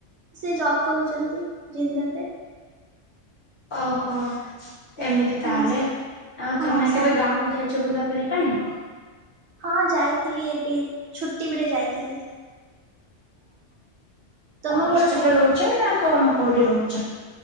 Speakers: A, on the right; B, on the left.
A: ସେ ଜବ୍ କରୁଛନ୍ତି ଜିନ୍ଦଲରେ।
B: ଓହୋ ଏମିତି ତାହେଲେ
A: ହଁ
B: ଆଉ
A: ହଁ
B: ତମେ
A: ସାନ
B: କେବେ ଗାଁକୁୁ ଯାଇଛ ବୁଲାବୁଲି ପାଇଁ?
A: ହଁ ଯାଇଥିଲି ଏବେ ଛୁଟି ବେଳେ ଯାଇଥିଲି। ତମ
B: ହଷ୍ଟେଲ
A: ଘର କୋଉଠି?
B: ରହୁଛ ନା କଣ କୋଉଠି ରହୁଛ?